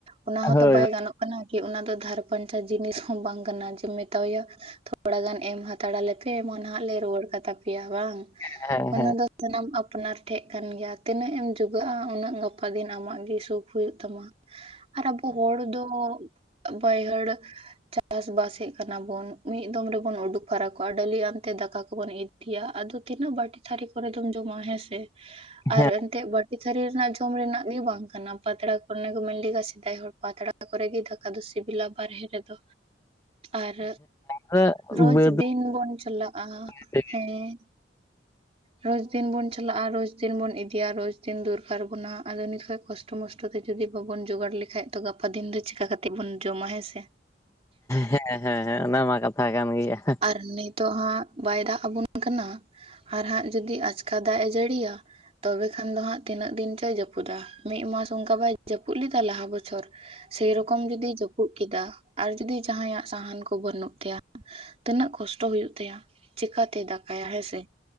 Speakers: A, on the right (about 35°); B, on the left (about 15°).
A: ᱚᱱᱟ ᱦᱚᱸ
B: ᱦᱳᱭ
A: ᱛᱚ ᱵᱟᱭ
B: ᱦᱳᱭ
A: ᱜᱟᱱᱚᱜ ᱠᱟᱱᱟ ᱠᱤ ᱚᱱᱟ ᱫᱚ ᱫᱷᱟᱨ ᱯᱟᱸᱧᱪᱟ ᱡᱤᱱᱤᱥ ᱦᱚᱸ ᱵᱟᱝ ᱠᱟᱱᱟ, ᱡᱮᱢ ᱢᱮᱛᱟᱣᱭᱟ ᱛᱷᱚᱲᱟ ᱜᱟᱱ ᱮᱢ ᱦᱟᱛᱟᱲᱟ ᱯᱮ ᱮᱢᱚᱱ ᱱᱟᱦᱟᱸᱜ ᱞᱮ ᱨᱩᱣᱟᱹᱲ ᱠᱟ ᱛᱟᱯᱮᱭᱟ ᱵᱟᱝ,
B: ᱦᱮᱸ
A: ᱚᱱᱟ
B: ᱦᱮᱸ
A: ᱫᱚ ᱥᱟᱱᱟᱢ ᱟᱯᱱᱟᱨ ᱴᱷᱮᱡ ᱠᱟᱱ ᱜᱮᱭᱟ ᱛᱤᱱᱟᱹᱜ ᱮᱢ ᱡᱩᱜᱟᱜᱼᱟ ᱩᱱᱟᱹᱜ ᱜᱟᱯᱟ ᱫᱤᱱ ᱟᱢᱟᱜ ᱜᱮ ᱥᱩᱠ ᱦᱩᱭᱩᱜ ᱛᱟᱢᱟ ᱾ ᱟᱨ ᱟᱵᱚ ᱦᱚᱲ ᱫᱚ ᱵᱟᱹᱭᱦᱟᱹᱲ <unintelligible> ᱪᱟᱥᱵᱟᱥᱤ ᱠᱟᱱᱟ ᱵᱚᱱ ᱢᱤᱫ ᱫᱚᱢ ᱨᱮᱵᱚᱱ ᱩᱰᱩᱠ ᱯᱷᱟᱨᱟᱠ ᱠᱚᱜᱼᱟ ᱰᱮᱹᱞᱤ ᱚᱱᱛᱮ ᱫᱟᱠᱟ ᱠᱚᱵᱚᱱ ᱤ ᱤᱭᱟ ᱟᱫᱚ ᱛᱤᱱᱟᱹᱜ ᱵᱟᱹᱴᱤ ᱛᱷᱟᱹᱨᱤ ᱠᱚᱨᱮ ᱫᱚᱢ ᱡᱚᱢᱟ ᱦᱮᱸ ᱥᱮ, ᱟᱨ
B: ᱦᱮᱸ
A: ᱮᱱᱛᱮ ᱛᱷᱟᱹᱨᱤ ᱨᱮᱱᱟᱜ ᱡᱚᱢ ᱨᱮᱱᱟᱜ ᱜᱮ ᱵᱟᱝ ᱠᱟᱱᱟ ᱯᱟᱛᱲᱟ ᱠᱚ ᱢᱮᱱ ᱞᱮᱠᱟ ᱥᱮᱫᱟᱭ ᱦᱚᱲ ᱯᱟᱛᱲᱟ ᱚᱱᱟ ᱠᱚᱨᱮ ᱜᱮ ᱫᱟᱠᱟ ᱫᱚ ᱥᱤᱵᱤᱞᱟ ᱵᱟᱨᱦᱮ ᱨᱮᱫᱚ ᱟᱨ
B: ᱟᱫᱚ
A: ᱨᱳᱡᱽ
B: ᱵᱟᱹᱫᱽ
A: ᱫᱤᱱ ᱵᱚᱱ ᱪᱟᱞᱟᱜᱼᱟ
B: ᱵᱟᱹᱭᱦᱟᱹᱲ
A: ᱦᱮᱸ ᱨᱳᱡᱽ ᱫᱤᱱ ᱵᱚᱱ ᱪᱟᱞᱟᱜᱼᱟ ᱨᱳᱡᱽ ᱫᱤᱱ ᱵᱚᱱ ᱤᱫᱤᱭᱟ ᱨᱳᱡᱽ ᱫᱤᱱ ᱫᱚᱨᱠᱟᱨ ᱵᱚᱱᱟ, ᱟᱫᱚ ᱱᱤᱛᱚᱜ ᱠᱷᱚᱡ ᱠᱚᱥᱴᱚ ᱢᱚᱥᱴᱚ ᱛᱮ ᱡᱩᱫᱤ ᱵᱟᱵᱚᱱ ᱡᱳᱜᱟᱲ ᱞᱮᱠᱟᱱ ᱛᱚ ᱜᱟᱯᱟ ᱫᱤᱱ ᱨᱮ ᱪᱤᱠᱟ ᱠᱟᱛᱮ ᱵᱚᱱ ᱡᱚᱢᱟ ᱦᱮᱸ ᱥᱮ ᱾
B: ᱦᱮᱸ ᱦᱮᱸ ᱦᱮᱸ ᱚᱱᱟᱢᱟ ᱠᱟᱛᱷᱟ ᱠᱟᱱ ᱜᱮᱭᱟ ᱾
A: ᱟᱨ ᱱᱤᱛᱚᱜ ᱦᱟᱸᱜ ᱵᱟᱭ ᱫᱟᱜ ᱟᱵᱚᱱ ᱠᱟᱱᱟ ᱾ ᱟᱨ ᱦᱟᱸᱜ ᱡᱩᱫᱤ ᱟᱪᱠᱟ ᱫᱟᱜ ᱮ ᱡᱟᱹᱲᱤᱭᱟ, ᱛᱚᱵᱮ ᱠᱷᱟᱱ ᱫᱚ ᱦᱟᱸᱜ ᱛᱤᱱᱟᱹᱜ ᱫᱤᱱ ᱪᱚᱭ ᱡᱟᱹᱯᱩᱫᱟ ᱾ ᱢᱤᱫ ᱢᱟᱥ ᱚᱱᱠᱟ ᱵᱟᱭ ᱡᱟᱹᱯᱩᱫ ᱞᱮᱫᱟ ᱞᱟᱦᱟ ᱵᱚᱪᱷᱚᱨ, ᱥᱮᱨᱚᱠᱚᱢ ᱡᱩᱫᱤ ᱡᱟᱹᱯᱩᱫ ᱠᱮᱫᱟ ᱟᱨ ᱡᱩᱫᱤ ᱡᱟᱸᱦᱟᱭᱟᱜ ᱥᱟᱦᱟᱱ ᱠᱚ ᱵᱟᱹᱱᱩᱜ ᱛᱟᱭᱟ ᱾ ᱛᱤᱱᱟᱹᱜ ᱠᱚᱥᱴᱚ ᱦᱩᱭᱩᱜ ᱛᱟᱭᱟ ᱪᱮᱠᱟᱛᱮᱭ ᱫᱟᱠᱟᱭᱟ? ᱦᱮᱸᱥᱮ